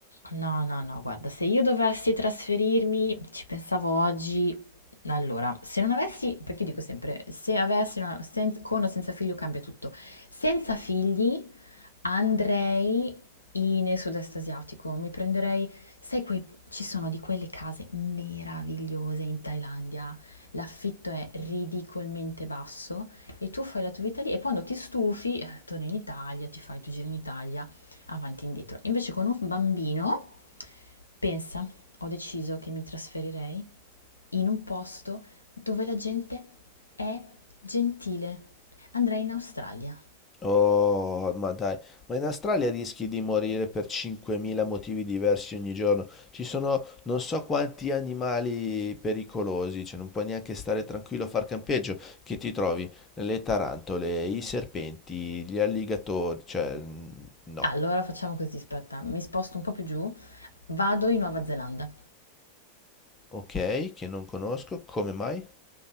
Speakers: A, on the left; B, on the left.
A: no, no, no, guarda, se io dovessi trasferirmi, ci pensavo oggi, allora, se non avessi, perché dico sempre, se avessi una- sen- con o senza figlio cambia tutto, senza figli andrei in- nel sud-est asiatico, mi prenderei, sai, quei, ci sono di quelle case meravigliose in Thailandia, l'affitto è ridicolmente basso E tu fai la tua vita lì e quando ti stufi eh, torni in Italia, ti fai il tuo giro in Italia, avanti e indietro. Invece con un bambino, pensa, ho deciso che mi trasferirei in un posto dove la gente è gentile. Andrei in Australia.
B: Oh, ma dai, ma in Australia rischi di morire per 5.000 motivi diversi ogni giorno. Ci sono non so quanti animali pericolosi, cioè non puoi neanche stare tranquillo a far campeggio, che ti trovi le tarantole, i serpenti, gli alligatori, cioè mh, no.
A: Allora facciamo così, aspetta, mi sposto un po' più giù, vado in Nuova Zelanda.
B: Ok, che non conosco, come mai?